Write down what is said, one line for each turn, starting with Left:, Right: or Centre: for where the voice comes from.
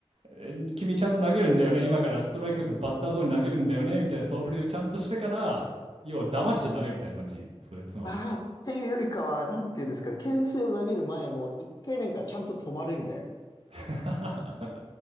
Right: え君ちゃんと投げるんだよね、今からストライクのバッターゾーンに投げるんだよね、みたいな素振りをちゃんとしてから、要は騙しちゃダメみたいな感じそれつまり。
Left: ああ、っていうよりかは、なんていうんですかね、牽制を投げる前も、一回なんかちゃんと止まるみたいな。
Right: <laughs>